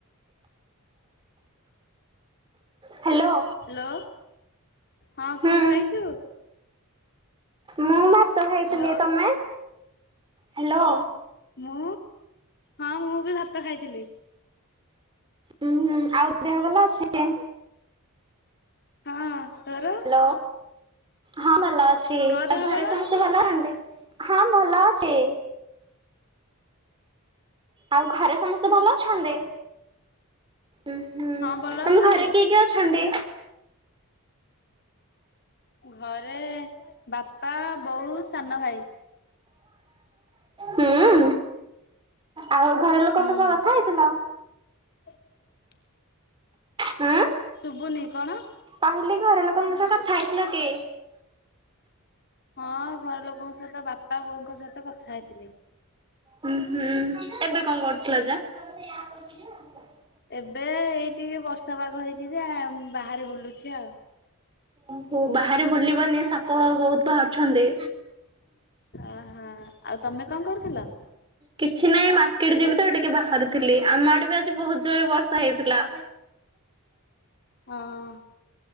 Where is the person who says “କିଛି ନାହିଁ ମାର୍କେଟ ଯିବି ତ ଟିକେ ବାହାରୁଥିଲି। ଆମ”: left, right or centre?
Right